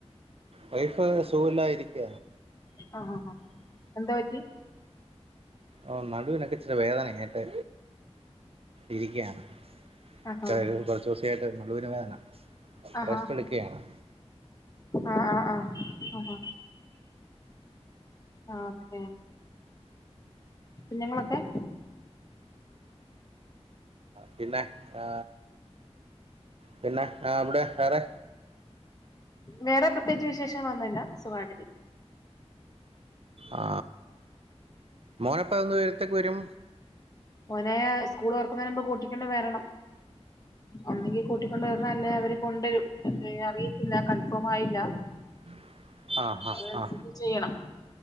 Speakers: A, on the right; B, on the left.
A: വൈഫ് സൂഖുല്ല ഇരിക്ക
B: ആഹഹാ എന്താ പറ്റി?
A: ഓ നടുവിനൊക്കെ ഇച്ചിരി വേദനങ്ങിട്ട് ഇരിക്കാണ് <unintelligible>
B: ആഹാ
A: കൊറച്ചൂസായിട്ട് നടുവിന് വേദന
B: അഹാ
A: റെസ്റ്റ് എടുക്കുകയാണ്
B: ആആആ അഹാ ആ ഓക്കെ കുഞ്ഞ്ങ്ങളൊക്കെ
A: പിന്നെ ആ പിന്നെ ആ വിടെ വേറെ
B: വേറെ പ്രത്യേകിച്ച് വിശേഷങ്ങളൊന്നുല്ല സുഖായിട്ട് ഇരി
A: ആ മോന്പ്പൊ ഒന്ന് യരത്തേക്ക് വരും
B: മോനെ സ്കൂള് ഒർക്കുന്നതിന് മുമ്പ് കൂട്ടിക്കൊണ്ട് വരണം ഒന്നെങ്കി കൂട്ടിക്കൊണ്ട് വരണം അല്ലേ അവര് കൊണ്ടരും എന്തെ അറിയത്തില്ല കൺഫേം ആയില്ല
A: <inaudible> ആ
B: അതനുസരിച്ച്
A: ആ
B: ചെയ്യണം